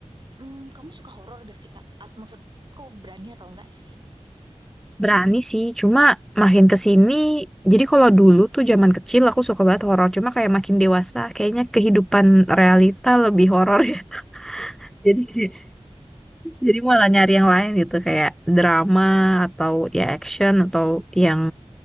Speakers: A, on the right; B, in the centre.
A: Hmm, kamu suka horor gak sih, Kak? At maksudku berani atau enggak sih?
B: Berani sih, cuma makin ke sini, jadi kalau dulu tuh zaman kecil aku suka banget horor, cuma kayak makin dewasa kayaknya kehidupan realita lebih horor ya. <laughs> Jadi kayak- jadi malah nyari yang lain gitu kayak drama atau ya action atau yang